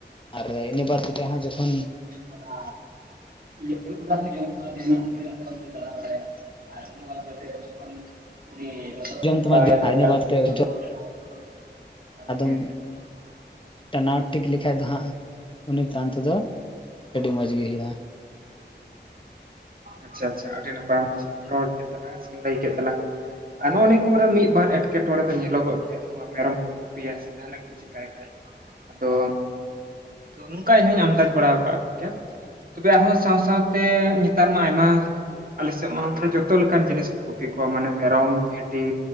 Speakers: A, on the left; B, on the right.
A: ᱟᱨ ᱤᱱᱟᱹ ᱵᱟᱫ ᱠᱟᱛᱮ ᱦᱚᱸ ᱡᱚᱠᱷᱚᱱ
B: ᱚᱱᱟ ᱤᱭᱟᱹ ᱫᱩᱲᱩᱵ ᱜᱚᱰᱟ ᱨᱮᱱᱟᱜ ᱡᱚᱢ ᱪᱟᱵᱟ ᱤᱫᱤᱭᱟ ᱛᱚᱵᱮ ᱴᱷᱤᱠᱟᱹᱜ-ᱟ ᱢᱚᱡ ᱜᱮ ᱫᱟᱬᱟ ᱵᱟᱲᱟᱭᱟ ᱟᱨ ᱤᱱᱠᱟᱹ ᱵᱟᱲᱟ ᱠᱟᱛᱮ <unintelligible> ᱩᱱᱤ <unintelligible>
A: ᱡᱚᱢ ᱛᱟᱢᱟ ᱟᱨ ᱤᱱᱟᱹ ᱵᱟᱫ ᱠᱟᱛᱮᱫ ᱟᱫᱚᱢ ᱴᱟᱱᱟᱣ ᱴᱤᱠ ᱞᱮᱠᱷᱟᱡ ᱫᱚ ᱦᱟᱸᱜ ᱩᱱᱤ ᱛᱟᱱ ᱛᱮᱫᱚ ᱟᱹᱰᱤ ᱢᱚᱡᱽ ᱜᱮ ᱦᱩᱭᱩᱜ-ᱟ
B: ᱟᱪᱪᱷᱟ ᱟᱪᱪᱷᱟ ᱟᱹᱰᱤ ᱱᱟᱯᱟᱭ ᱨᱚᱲ ᱠᱮᱫ ᱛᱟᱞᱟᱝ ᱥᱮᱢ ᱞᱟᱹᱭ ᱠᱮᱫ ᱛᱟᱞᱟᱝ ᱟᱨ ᱦᱚ ᱩᱱᱤ ᱮᱵᱟᱨᱮ ᱢᱤᱫᱵᱟᱨ ᱮᱴᱠᱮᱴᱚᱬᱮ ᱫᱚ ᱧᱮᱞᱚᱜᱚᱜ ᱜᱮᱭᱟ ᱱᱚᱣᱟ ᱢᱮᱨᱚᱢ ᱠᱚ ᱜᱩᱯᱤᱭᱟ ᱥᱮ ᱡᱟᱦᱟᱱᱟᱜ ᱠᱩᱢ ᱪᱤᱠᱟᱭ᱾ ᱠᱷᱟᱡ ᱟᱫᱚ ᱱᱚᱝᱠᱟ ᱤᱧ ᱦᱚᱧ ᱟᱢᱫᱟᱡᱽ ᱵᱟᱲᱟᱣ ᱠᱟᱜ ᱠᱩᱜᱮᱭᱟ ᱛᱚᱵᱮ ᱟᱨᱦᱚᱸ ᱥᱟᱶ ᱥᱟᱶᱛᱮ ᱱᱮᱛᱟᱨ ᱢᱟ ᱟᱭᱢᱟ ᱟᱞᱮᱥᱮᱫ ᱢᱟ ᱡᱚᱛᱚ ᱞᱮᱠᱟᱱ ᱡᱤᱱᱤᱥ ᱠᱚ ᱜᱩᱯᱤ ᱠᱚ ᱢᱟᱱᱮ ᱢᱮᱨᱚᱢ ᱵᱷᱤᱰᱤ